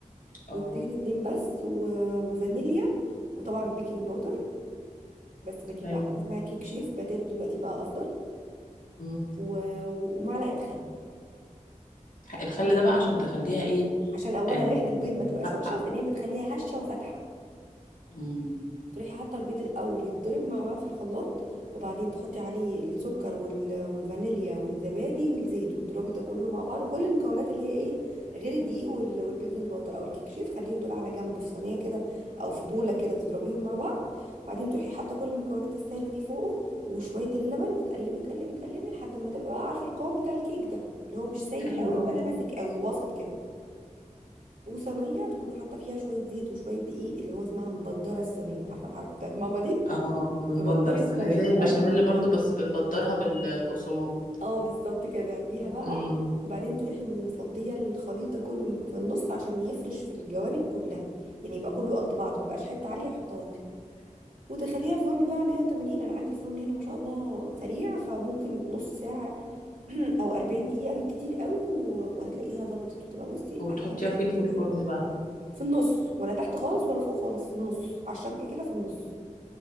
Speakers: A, on the left; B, on the right.
A: اه
B: بيضتين اتنين بس و... وفانيليا وطبعا بيكنج باودر بس بجيب
A: حلو
B: بقى حاجة اسمها كيك شيف بداله دلوقتي بقى أفضل
A: مم.
B: و... و- ومعلقة خل
A: الخل ده بقى عشان تخليها ايه
B: عشان اولا
A: آه
B: ريحه البيض ما تبقاش
A: فاتحه
B: وحشه ثانيا بتخليها هشه وفاتحه
A: مم.
B: تروحي حاطه البيض الاول يتضرب مع بعض في الخلاط وبعدين تحطي عليه السكر وال... والفانيليا والزبادي والزيت وتضربي ده كله مع بعض كل المكونات اللي هي ايه غير الدقيق وال... والبيكنج باودر او الكيك شيف خليهم دول على جنب في صينيه كده او في بوله كده تضربيهم مع بعض وبعدين تروحي حاطه كل المكونات السائله دي فوقه وشويه اللبن وتقلبي تقلبي تقلبي لحد ما تبقى بقى عارفه القوام بتاع الكيك ده اللي هو مش سايل
A: ايوه
B: قوي ولا ماسك قوي وسط كده وصينيه تكوني حاطه فيها شويه زيت وشويه دقيق اللي هو اسمها مبدره الصينيه عارفه الحركه بتاعت ماما دي
A: اه بنبدر
B: تبدري
A: السنة
B: الصينيه
A: زي البشاميل
B: <laughs> ايوه
A: برضو بس بنبدرها بالبقسماط
B: اه بالظبط كده بيعمليها بقى
A: امم
B: وبعدين تروحي مفضيه الخليط ده كله في النص عشان يفرش في الجوانب كلها يعني يبقى كله قد بعضه ما يبقاش حته عاليه وحته واطيه ودخليها الفرن بقى 180 انا عندي الفرن هنا ما شاء الله سريع فممكن نص ساعه <clears throat> او 40 دقيقه بالكتير قوي و- وهتلاقيها ظبطت وتبقى بصي
A: وبتحطيها
B: احلى كيكه
A: فين في الفرن بقى
B: في النص ولا تحت خالص ولا فوق خالص في النص على الشبكه كده في النص